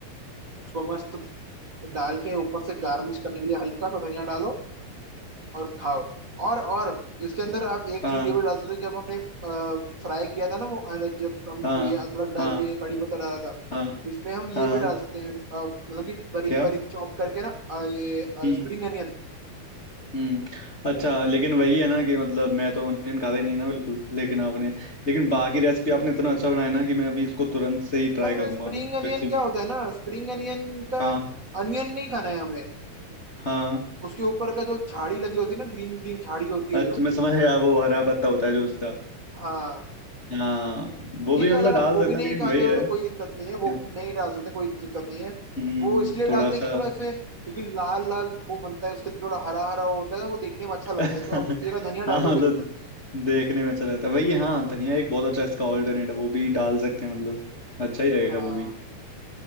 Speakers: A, on the right; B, on the left.
A: उसको मस्त डाल के ऊपर से गार्निश करने के लिए हल्का सा धनिया डालो और खाओ और और इसके अंदर आप एक
B: हाँ
A: चीज ये भी डाल सकते हो जब हमने फ्राई किया था ना वो अ, जब हम
B: हाँ
A: ये अदरक डाल
B: हाँ
A: के कड़ी पत्ता डाला था
B: हाँ
A: इसमें हम ये
B: हाँ
A: भी डाल सकते हैं अ, मतलब कि बारीक
B: क्या
A: बारीक चॉप करके ना अ, ये
B: हम्म,
A: स्प्रिंग अनियन
B: हम्म अच्छा लेकिन वही है ना कि मतलब मैं तो ऑनियन खाता ही नहीं ना बिल्कुल लेकिन आपने लेकिन बाकी रेसिपी आपने इतना अच्छा बनाया ना कि मैं अभी इसको तुरंत से ही ट्राई
A: पर
B: करूंगा
A: स्प्रिंग अनियन
B: जैसे
A: क्या होता है ना स्प्रिंग अनियन का
B: हाँ
A: अनियन नहीं खाना है हमें
B: हाँ
A: उसके ऊपर का जो झाड़ी लगी होती है ना ग्रीन ग्रीन झाड़ी होती
B: अच्छा
A: है जो
B: मैं समझ गया वो हरा पत्ता होता है जो उसका
A: हाँ
B: हाँ वो
A: ठीक
B: भी
A: है
B: मतलब
A: अगर आप
B: डाल
A: वो
B: सकते
A: भी नहीं
B: हैं लेकिन
A: खाते
B: वही
A: हो तो
B: है
A: कोई दिक्कत नहीं है वो
B: क्या-
A: नहीं डाल सकते कोई दिक्कत नहीं है
B: हम्म
A: वो इसलिए डालते
B: थोड़ा
A: हैं
B: सा
A: कि थोड़ा
B: <laughs>
A: इसमें क्योंकि लाल लाल वो बनता है उसके अंदर थोड़ा हरा हरा वो होता है वो देखने में अच्छा लगता
B: हाँ
A: है तो आप उसकी जगह धनिया डाल
B: मतलब
A: लो कोई दिक्कत नहीं है
B: देखने में अच्छा लगता है वही हाँ धनिया एक बहुत अच्छा इसका ऑल्टरनेट है वो भी डाल सकते हैं मतलब अच्छा ही रहेगा
A: हाँ
B: वो भी